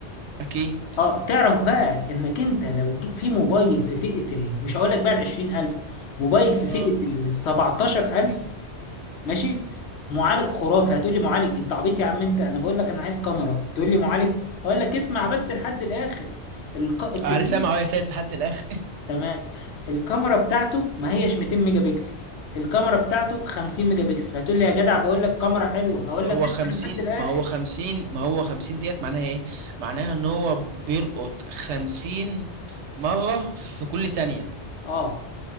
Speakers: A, on the right; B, on the left.
A: أكيد
B: اه تعرف بقى انك انت لو جيت في موبايل في فئة ال... مش هقول لك بقى ال 20000 موبايل في
A: اه
B: فئة ال 17000 ماشي معالج خرافي هتقول لي معالج انت عبيط يا عم انت انا بقول لك انا عايز كاميرا تقول لي معالج هقول لك اسمع بس لحد الاخر الك... التليفون
A: أنا سامع أهو يا سيد لحد الآخر
B: تمام الكاميرا بتاعته ما هيش 200 ميجا بكسل الكاميرا بتاعته 50 ميجا بكسل هتقول لي يا جدع بقول لك كاميرا حلوة هقول
A: ما هو
B: لك اسمع
A: خمسين
B: لحد الاخر
A: ما هو خمسين ما هو خمسين ديت معناها ايه معناها ان هو بيلقط خمسين مرة في كل ثانية
B: اه